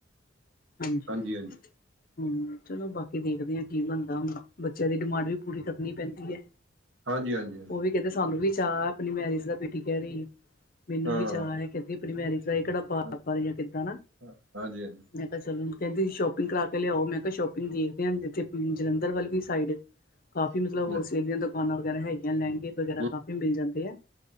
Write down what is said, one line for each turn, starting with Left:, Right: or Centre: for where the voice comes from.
Left: ਹਾਂਜੀ-ਹੂੰ,
Right: ਹਾਂਜੀ ਹਾਂਜੀ
Left: ਚਲੋ ਬਾਕੀ ਦੇਖਦੇ ਹਾਂ ਕੀ ਬਣਦਾ ਹੁੰਦਾ। ਬੱਚਿਆਂ ਦੀ ਡਿਮਾਂਡ ਵੀ ਪੂਰੀ ਕਰਨੀ ਪੈਂਦੀ ਹੈ।
Right: ਹਾਂਜੀ-ਹਾਂਜੀ।
Left: ਉਹ ਕਹਿੰਦੇ ਸਾਨੂੰ ਵੀ ਚਾਅ ਆਪਣੀ ਮੈਰਿਜ ਦਾ ਬੇਟੀ ਕਹਿ ਰਹੀ ਏ, ਮੈਨੂੰ
Right: ਹਾਂ,
Left: ਵੀ ਚਾਅ ਏ ਕਹਿੰਦੀ ਆਪਣੀ ਮੈਰਿਜ ਤਾ ਇਹ ਕਿਹੜਾ ਪਾ
Right: ਹਾਂ,
Left: ਪਰ ਜਾ ਕਿੱਦਾਂ ਨਾ?
Right: ਹਾਂ, ਹਾਂਜੀ, ਹਾਂਜੀ।
Left: ਮੈਂ ਕਿਹਾ ਚਲੋ ਕਹਿੰਦੀ ਸ਼ੋਪਿੰਗ ਕਰਾਕੇ ਲਿਆਓ, ਮੈਂ ਕਿਹਾ ਸ਼ੋਪਿੰਗ ਦੇਖਦੇ ਆ ਜਿੱਥੇ ਜਲੰਧਰ ਵੱਲ ਵੀ ਸਾਈਡ।
Right: <inaudible>
Left: ਕਾਫੀ ਮਤਲਬ ਹੋਲਸੇਲ
Right: ਹਾਂ,
Left: ਦੀਆਂ ਦੁਕਾਨਾਂ ਹੈਗੀਆਂ। ਗਿਫਟ ਵਗੈਰਾ
Right: ਹੂੰ,
Left: ਕਾਫੀ ਮਿਲ ਜਾਂਦੇ ਹੈ,